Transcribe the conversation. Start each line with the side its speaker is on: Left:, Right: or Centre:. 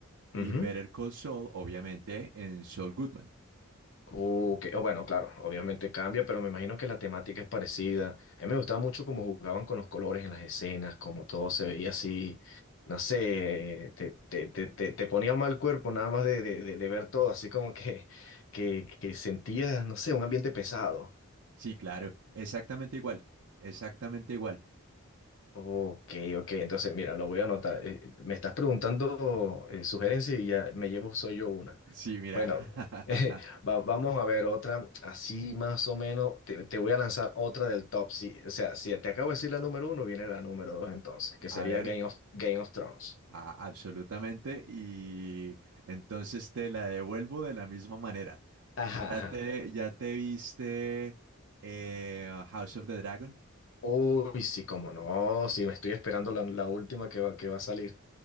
Left: Ujú.
Right: y Better Call Saul, obviamente, en Saul Goodman.
Left: Uh, Ok, o bueno, claro, obviamente cambia, pero me imagino que la temática es parecida. A mí me gustaba mucho cómo jugaban con los colores en las escenas, cómo todo se veía así, no sé, te, te, te, te, te ponía mal cuerpo nada más de, de, de, de ver todo, así como que, <laughs> que, que sentías, no sé, un ambiente pesado.
Right: Sí, claro, exactamente igual, exactamente igual.
Left: Ok, ok, entonces mira, lo voy a anotar. Eh, me estás preguntando eh, sugerencias y ya me llevo, soy yo una.
Right: Sí, mira.
Left: Bueno,
Right: <laughs>
Left: <laughs> va- vamos a ver otra, así más o menos, te, te voy a lanzar otra del top. Si, o sea, si te acabo de decir la número uno, viene la número dos entonces, que
Right: A
Left: sería
Right: ver,
Left: Game of, Game of Thrones.
Right: a- absolutamente. Y entonces te la devuelvo de la misma manera.
Left: Ajá,
Right: ¿Ya
Left: ajá.
Right: te, ya te viste eh, House of the Dragon?
Left: Uy, sí, cómo no, sí, estoy esperando la, la última que va, que va a salir.